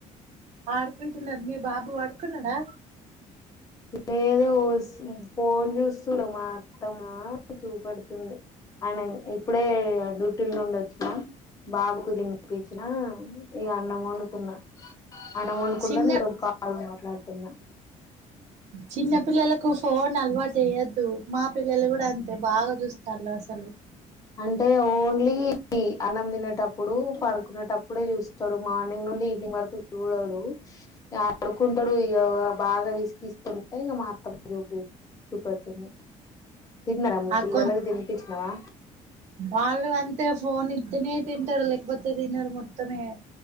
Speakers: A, on the right; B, on the left.
A: ఆడుకుంటున్నారు మీ బాబు పడుకున్నాడ
B: లేదు ఉస్ ఫోన్ చూస్తురు మా అత్తమా చూపెడు తుంది ఆయన ఇప్పుడే డ్యూటీ నుండి ఒచ్చినా బాబుకు దినిపిచ్చినా ఇగ అన్నం ఒడుతున్న అన్నం అనుకుంటా
A: చిన్న
B: నీతోటి కాల్ మాట్లాడుతున్నా
A: చిన్న పిల్లలకులకు ఫోన్ అల్వాట్ తెయ్యొద్దు మా పిల్లలు గూడా అంతే బాగా జూస్తళ్లు సెల్
B: అంటే ఓన్లీ అన్నం తినేటప్పుడు పడుకునేటప్పుడే చూస్ తను మార్నింగ్ నుండి ఈవినింగ్ వరకు చూడడు ఆడుకుంటాడు ఇగ బాగా విసిగిస్తుంటే ఇక మా అత్త చూ చూపెడుతుంది తిన్నరా మీ
A: ఆ
B: పిల్లలు
A: కొ
B: తి నిపిచ్చినవా
A: వాళ్ళు అంతే ఫోన్ ఇతనే తింటారు లేకపోతే తినరు మొత్తమే